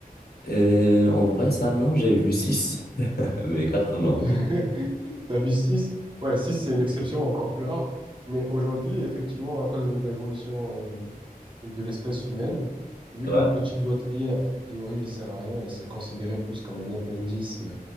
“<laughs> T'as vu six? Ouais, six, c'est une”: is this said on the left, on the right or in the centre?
Right